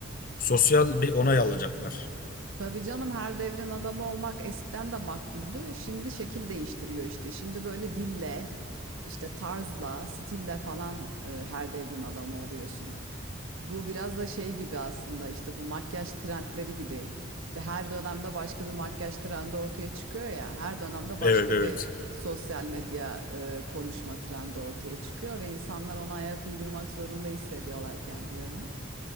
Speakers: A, on the left (about 40°); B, on the right (about 80°).
A: Sosyal bir onay alacaklar.
B: Tabii canım her devrin adamı olmak eskiden de makbuldü. Şimdi şekil değiştiriyor işte. Şimdi böyle dille, işte tarzla, stille falan e, her devrin adamı oluyorsun. Bu biraz da şey gibi aslında işte bu makyaj trendleri gibi. İşte her dönemde başka bir makyaj trendi ortaya çıkıyor ya. Her dönemde başka
A: Evet, evet.
B: bir sosyal medya e, konuşma trendi ortaya çıkıyor ve insanlar ona ayak uydurmak zorunda hissediyorlar kendilerini.